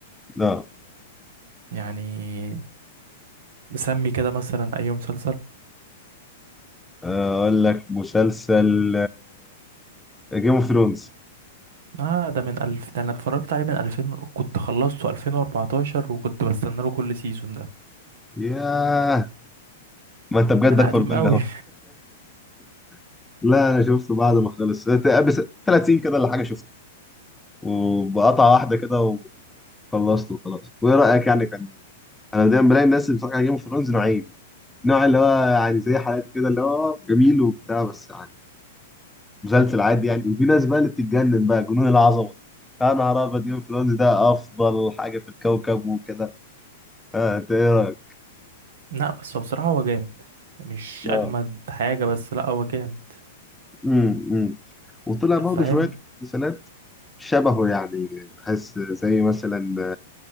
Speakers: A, in the centre; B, on the right.
A: لا
B: يعني نسمي كده مثلا أي مسلسل
A: اقول لك مسلسل جيم اوف ثرونز
B: آه ده من ألف ده أنا اتفرجت عليه من ألفين كنت خلصته ألفين وأربعتاشر وكنت بستنى له كل سيزون ده
A: ياه ما انت بجد
B: أنا
A: اكبر
B: قديم
A: مني
B: أوي
A: اهو <laughs> لا انا شفته بعد ما خلص بس 30 كده ولا حاجه شفته وبقطعه واحده كده وخلصته وخلاص وايه رايك يعني كان انا دايما بلاقي الناس اللي بتتفرج على جيم اوف ثرونز نوعين نوع اللي هو يعني زي حالات كده اللي هو جميل وبتاع بس يعني مسلسل عادي يعني وفي ناس بقى اللي بتتجنن بقى جنون العظمه يا نهار ابيض جيم اوف ثرونز ده افضل حاجه في الكوكب وكده آه انت ايه رايك
B: <laughs> لأ بس هو بصراحة هو جامد مش
A: لا
B: أجمد حاجة بس لأ هو جامد
A: امم وطلع برضه
B: فاهم
A: شوية مسلسلات شبهه يعني بحس زي مثلا